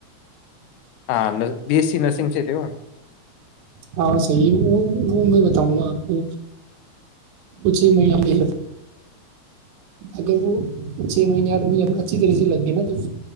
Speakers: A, on the left (about 85°); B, on the right (about 85°).
A: ہاں بی ایس سی نرسنگ سے تھ وہ
B: ہاں صحیح ہے وہ وہ میں بتاؤں نا آپ کو وہ چھ مہینے اگر وہ چھ مہینےڈ اچھی طرح سے لگ گے نا تو